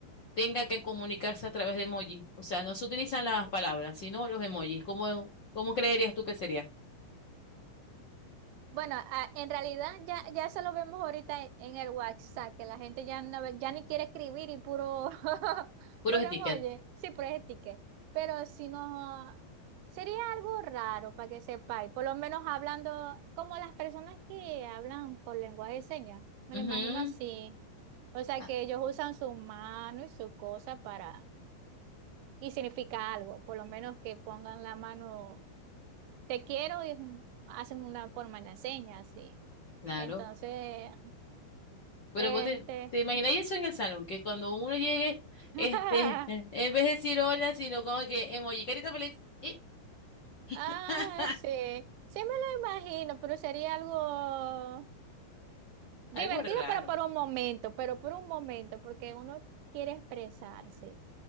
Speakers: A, on the left; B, on the right.
A: tenga que comunicarse a través de emoji. O sea, no se utilizan las palabras, sino los emojis. ¿Cómo, cómo creerías tú que sería?
B: Bueno, a- en realidad ya, ya eso lo vemos ahorita en, en el WhatsApp, que la gente ya, no, ve- ya ni quiere escribir y puro, <laughs>
A: Puros
B: puro
A: stickers.
B: emoji, sí, puro sticker. Pero si no, sería algo raro para que sepáis, por lo menos hablando como las personas que hablan por lenguaje de señas, me
A: Ujú,
B: lo imagino así. O sea,
A: ah,
B: que ellos usan su mano y su cosa para, y significa algo, por lo menos que pongan la mano te quiero y es un- hacen una forma en la seña, así.
A: claro.
B: Entonces,
A: Pero
B: este,
A: vos te, te imagináis eso en el salón, que cuando uno llegue,
B: <laughs>
A: este, <laughs> en vez de decir hola, sino como que emoji, carita feliz. y
B: ah,
A: <laughs>
B: sí, sí me lo imagino, pero sería algo divertido,
A: algo raro.
B: pero por un momento, pero por un momento, porque uno quiere expresarse.